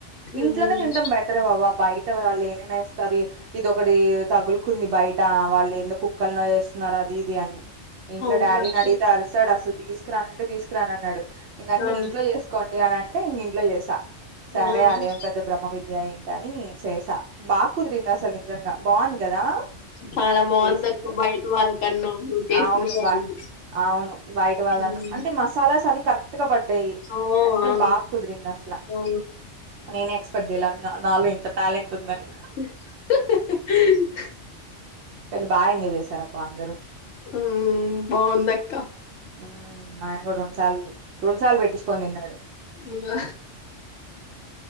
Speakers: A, on the left; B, on the right.
A: హ్మ్.
B: ఇంట్లోనే తింటాం బెటరే ఓవబ్ బయట వాళ్ళు ఏమేమ్ ఎస్తరీ ఇదోకటి తగులుకుంది బయట వాళ్ళు ఎందు కుక్కలనో ఏస్ నారాధింది అని ఇంట్లో
A: అవునక్క.
B: డాడీని అడిగితే అరుసాడు. అసలు తీసుకురానుంటే, తీసుకురాని అన్నాడు. ఇంకందుకే
A: ఆ!
B: నీన్ ఇంట్లో చేసుకోండి అని అంటే ఇంగా ఇంట్లో చేసా. సరే
A: ఆ!
B: అదేం
A: హ్మ్.
B: పెద్ద బ్రహ్మ విద్య ఏంటి అని. చేసా, బా కుదురింది అసల్ నిజన్ బావుంది కదా,
A: చాలా బావుందక్క
B: హు
A: బయట వాళ్ళకన్నా నువ్వు చేసిన
B: అవును
A: బావుంది.
B: బా అవును బయట వాళ్ళనాం,
A: హ్మ్.
B: అంటే మసాలాస్ అవి కరెక్ట్ గా పడ్డాయ్.
A: ఆ!
B: అందుకని
A: ఆ!
B: బాకుదిరింది అస్లా
A: ఆ!
B: నేనే ఎక్స్పెక్ట్ జేయలే అనియన్ నాలో ఇంత టాలెంట్ ఉందని.
A: <unintelligible>
B: కానీ బాగా ఎంజాయ్ చేసారబ్బ అందరూ
A: ఉమ్ బాగుందక్క
B: ఉమ్ ఆయన కూడా రెండు సార్లు రెండు సార్లు పెట్టించుకోని తిన్నాడు
A: హ్మ్.